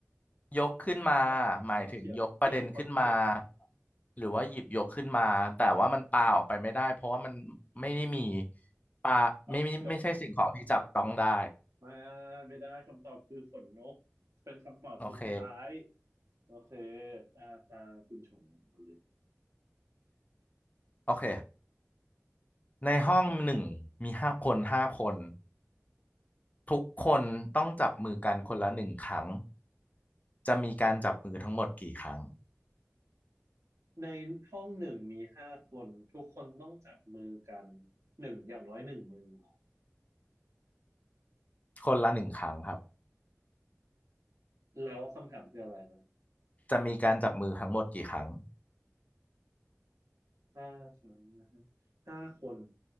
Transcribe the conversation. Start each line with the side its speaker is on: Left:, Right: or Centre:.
Left: ยกขึ้นมาหมายถึงยกประเด็นขึ้นมา
Right: <laughs> อ้าวเถียงเถียงคนถาม
Left: หรือว่าหยิบยกขึ้นมาแต่ว่ามันปาออกไปไม่ได้เพราะว่ามันไม่ได้มีปาไม่ไมีไม่ใช่สิ่งของที่จับต้องได้
Right: เออไมาไม่ได้คำตอบคือขนนกเป็นคำตอบสุดท้าย
Left: โอเค
Right: โอเคตาตาคุณชงเาเลย
Left: โอเค ในห้องหนึ่งมีห้าคนห้าคนทุกคนต้องจับมือกันคนละหนึ่งครั้งจะมีการจับมือทั้งหมดกี่ครั้ง
Right: ในห้องหนึ่งมีห้าคนทุกคนต้องจับมือกันหนึ่งอย่างน้อยหนึ่งมือเหรอ
Left: คนละหนึ่งครั้งครับ
Right: แล้วคำถามคืออะไรนะ
Left: จะมีการจับมือทั้งหมดกี่ครั้ง
Right: ห้าครั้งนะฮะห้าคน